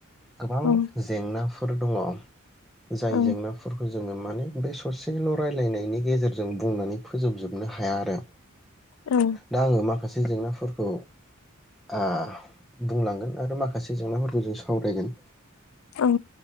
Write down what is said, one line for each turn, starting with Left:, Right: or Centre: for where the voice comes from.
Centre: गोबां
Left: औ
Centre: जेंनाफो नो दङ जाय
Left: औ उम
Centre: जेंनाफोरखौ जोङो माने बे ससेल' रायलायनायनि गेजेरजों बुंनानै फोजोबजोबनो हाया आरो
Left: औ
Centre: दा आङो माखासे जेंना फोरखौ आ बुंलांगोन आरो माखासे जेंनाफोरखौ जों सावरायगोन।
Left: ओं